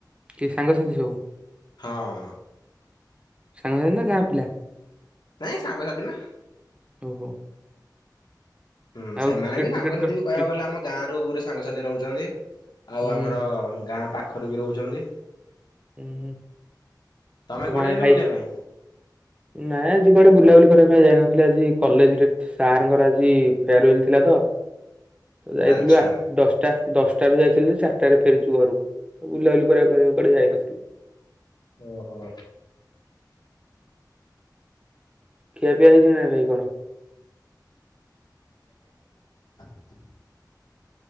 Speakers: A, on the right; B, on the left.
A: କିଏ ସାଙ୍ଗସାଥି ସବୁ,
B: ହଁ
A: ସାଙ୍ଗସାଥି ନା ଗାଁ ପିଲା।
B: ନାଇଁ ସାଙ୍ଗସାଥି ନା।
A: ଓହୋ।
B: ହୁଁ
A: ଆଉ
B: ସେମାନେ
A: କ୍ରିକେଟ
B: ବି ସାଙ୍ଗସାଥିୀ
A: ଫ୍ରିକେଟ ଖେଳୁ
B: ବି କହିବାକୁ ଗଲେ ଆମ ଗାଁ ରୁ ଗୋରେ ସାଙ୍ଗସାଥି ରହୁଛନ୍ତି। ଆଉ
A: ହୁଁ
B: ଆମର ଗାଁ ପାଖରୁ ବି ରହୁଛନ୍ତି।
A: ହୁଁ।
B: ତମେ
A: ତ
B: କୁଆଡେ
A: କଣ ଏଇ
B: ଯାଇନ
A: ହାଇ
B: ବୁଲିବା ପାଇଁ
A: ନାଇଁ ଆଜି କୁଆଡେ ବୁଲାବୁଲି କରିବା ପାଇଁ ଯାଇନଥିଲି ଆଜି କଲେଜରେ ସାରଙ୍କର ଆଜି ଫେୟାରୱେଲ ଥିଲା ତ ଯାଇଥିଲୁ
B: ଆଚ୍ଛା
A: ଆ ଦଶ ଟା ଦଶଟାରୁ ଯାଇଥିଲି ଯେ ଚାରିଟାରେ ଫେରିଛୁ ଘରକୁ ତ ବୁଲାବୁଲି କରିବା କରିବାହକୁ କୁଆ କଆଡେ ଯାଇନଥିଲୁ।
B: ଓହୋ।
A: ଖିଆ ପିଆ ହେଇଛି ନା ଭାଇ କଣ?
B: ହେଛି